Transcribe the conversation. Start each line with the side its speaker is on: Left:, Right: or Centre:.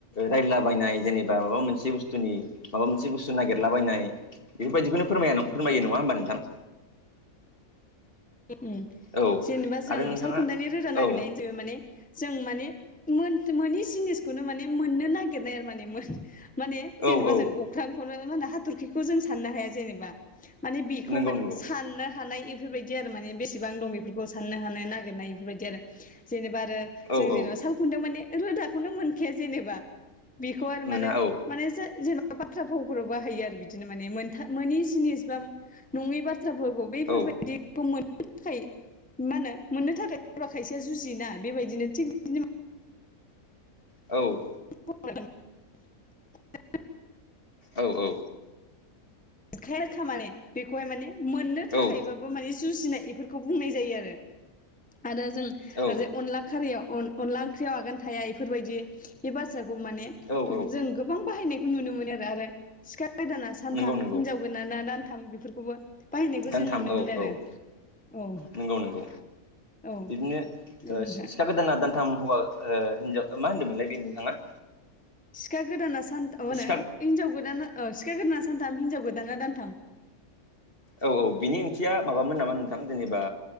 Left: रायलाबायनाय जेनेबा माबा मोनसे बुस्थुनि माबा मोनसे बुस्थु नागिरला बायनाय बेफोरबायदिखौनो फोरमाया फोरमायो नङा होमबा नोंथां?
Centre: ओम
Left: औ
Centre: जेनेबा जों
Left: आरो नोंथाङा
Centre: सालखुन्थानि रोदा नागिरनायानो
Left: औ
Centre: जाहैबाय माने जों माने मोन मोनै जिनिसखौनो माने मोननो नागिरनाय आरो माने मोन माने जेनेबा
Left: औ औ
Centre: जों अख्रांखौनो मा होनो हाथरखिखौ जों साननो हाया जेनेबा माने बेखौ
Left: नंगौ
Centre: माने
Left: नंगौ
Centre: साननो हानाय बेफोरबायदि आरो माने बेसेबां दं बेफोरखौ साननो हानाय नागिरनाय इफोरबायदि आरो जेननोबा आरो
Left: औ
Centre: जों जेनबा
Left: औ
Centre: सा ल खुंथायाव माने रोदाखौनो मोनखाया जेनेबा बेखौ आरो
Left: मोना
Centre: मानो
Left: औ
Centre: माने जा जेन बाथ्रा फावफोराव बाहायो आरो बिदिनो माने मोनथा मोनै जिनिस बा नङि बाथ्राफोरखौ बेफोरबायदि
Left: औ
Centre: मोननो थाखाय मा होनो मोननो थाखाय सोरबा खायसेया जुजियोना बेबायदिनो थिग बिदिनो
Left: औ
Centre: <unintelligible>
Left: औ-औ
Centre: <unintelligible> माने बेखौहाय माने मोननो
Left: औ
Centre: थाखाय
Left: औ
Centre: बाबो इफोरखौ माने जुजिनाय इफोरखौ बुंनाय जायो आरो। आरो जों
Left: औ
Centre: ओरैजा अनला खारियाव अन अनला ओंख्रियाव आगान थाया इफोरबायदि बे बाथ्राखौ माने
Left: औ औ
Centre: जों गोबां बाहायनायखौ नुनो मोनो आरो सिखा गोदाना सानथाम
Left: नंगौ नंगौ
Centre: हिनजाव गोदाना दानथाम बेफोरखौ खौबो बाहायनायबो
Left: दानथाम
Centre: जों नुनो
Left: औ
Centre: मोनो आरो।
Left: औ
Centre: औ
Left: नंगौ नंगौ
Centre: औ
Left: बिदिनो ओ
Centre: नोंथां
Left: सिखा गोदाना दान- थाम हौवा ओ हिजाव मा होनदोंमोनलाय बे नोंथाङा
Centre: सिखा गोदाना सानथा मा होनो
Left: सिखा
Centre: हिनजाव गोदाना अ सिखा गोदाना सानथाम हिनजाव गोदाना दानथाम
Left: औ-औ बिनि ओंथिया माबामोन नामा नोंथां जेनेबा